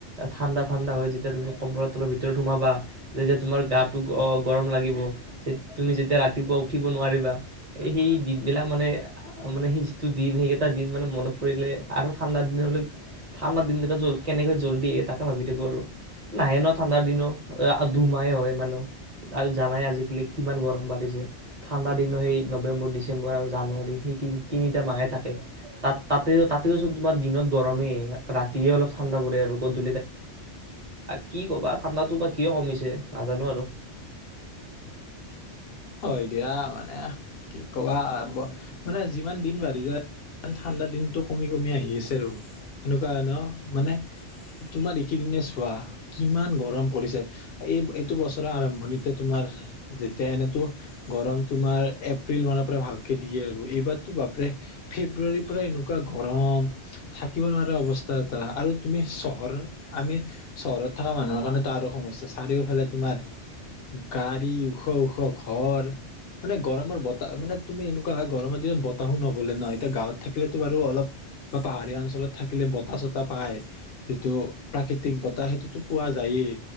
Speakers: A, on the right; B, on the left.
A: ঠাণ্ডা, ঠাণ্ডা, হয় যেতিয়া তুমি কম্বলৰ তলৰ ভিতৰত সোমাবা, যেতিয়া তোমাৰ গাটো গ- -গৰম লাগিব, তে- তুমি যেতিয়া ৰাতিপুৱা উঠিব নোৱাৰিবা, এই সেই দিনবিলাক মানে, মানে সেই যিটো দিন সেইকেইটা দিন মানে মনত পৰিলে আৰু ঠাণ্ডা দিনলৈ, ঠাণ্ডা দিনকেইটা জল কেনেকৈ জল্দি আহে তাকে ভাবি থাকো আৰু নাহে ন ', ঠাণ্ডাৰ দিনো দুমাহে হয় মানে, জানাই আজিকালি কিমান গৰম বাঢ়িছে। ঠাণ্ডাৰ দিনো সেই নৱেম্বৰ, ডিচেম্বৰ আৰু জানুৱাৰী সেই তি- তিনিটা মাহে থাকে তাত- তাতে তাতেও চুন তোমাৰ দিনত গৰমেই ৰাতিয়ে অলপ ঠাণ্ডা পৰে আৰু গধু, কি ক'বা ঠাণ্ডাটো বা কিয় কমিছে নাজানো আৰু।
B: হয়, দিয়া মানে কি কবা মানে যিমান দিন বাঢ়ি যায় ঠাণ্ডা দিনটো কমি- কমি আহি আছে ৰব সেনেকুৱা ন'মানে তোমাৰ এইকেইদিনে চোৱা কিমান গৰম পৰিছে এই- এইটো বছৰৰ আৰম্ভণিতে তোমাৰ যেতিয়া এনেতো, গৰম তোমাৰ এপ্ৰিল মানৰ পৰা ভালকে দিয়ে আৰু এইবাৰতো বাপৰে ফেব্ৰুৱাৰীৰ পৰা এনেকুৱা গৰম থাকিব নোৱাৰা অৱস্থা এটা আৰু তুমি চহৰৰ আমি চহৰত থকা মানুহৰ কাৰনেতো আৰু সমস্যা চাৰিওফালে তোমাৰ গাড়ী ওখ - ওখ, ঘৰ, মানে গৰমৰ বতাহ মানে তুমি এনেকুৱা হয়, গৰমৰ দিনত বতাহো নবলে ন? এতিয়া গাঁৱত থাকিলেতো বাৰু অলপ বা পাহাৰীয়া অঞ্চলত থাকিলে বতাহ- চতাহ পায় যিটো প্ৰাকৃতিক বতাহ সেইটোতো পোৱা যায়েই,